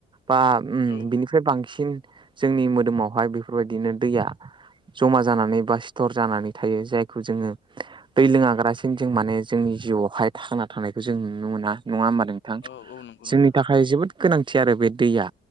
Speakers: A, on the right; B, on the left.
A: बा उम
B: औ
A: बिनिफ्राय बांसिन जोंनि मोदोमावहाय बेफोरबायदिनो दैया जमा जानानै बा सिथर जानानै थायो। जायखौ जोङो दै लोङागारासिम जों माने जोंनि जिउआवहाय थांना थानायांनायखौ जों नुनो मोना नङा होमबा नों थां?
B: औ औ नंगौ
A: जोंनि
B: नोंथां
A: था खाय जोबोद गोनांथि आरो बे दैया।